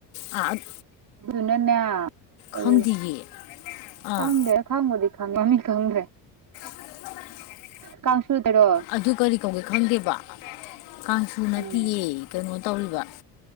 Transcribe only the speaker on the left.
ꯑꯥ ꯑꯠ
ꯈꯪꯗꯤꯌꯦ ꯑꯥ
<unintelligible>
ꯑꯗꯨ ꯀꯔꯤ ꯀꯧꯒꯦ ꯈꯪꯗꯦꯕ ꯀꯥꯡꯁꯨ ꯅꯠꯇꯦꯌꯦ
ꯀꯩꯅꯣ ꯇꯧꯔꯤꯕ